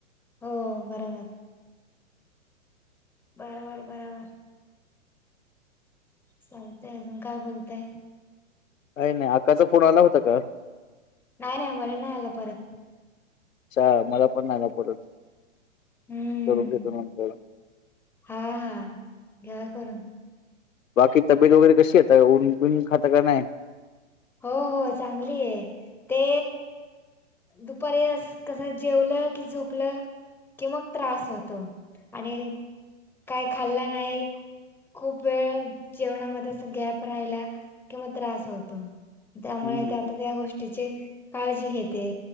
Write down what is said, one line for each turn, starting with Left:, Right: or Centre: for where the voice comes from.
Centre: हो बराबर. बराबर-बराबर चालतेय अजून काय बोलतय
Left: काही नाही, आकाचा फोन आला होता का?
Centre: नाही नाही मला नाही आला परत
Left: चा मला पण नाही आ परत
Centre: हम्म
Left: करून घेतो नंतर.
Centre: हा हा घ्या करून.
Left: बाकी तब्येत वगैरे कशी आहे ऊन बिन खाता का नाय? <inaudible>
Centre: हो हो चांगली आहे ते दुपारी कस जेवलं कि झोपलं कि मग त्रास होत आणि काय खाल्ला नाही खूप वेळ जेवणामध्ये अस गॅप राहिला किंवा त्रास होतो, त्यामुळे
Left: हम्म
Centre: त्यात त्या गोष्टीची काळजी घेते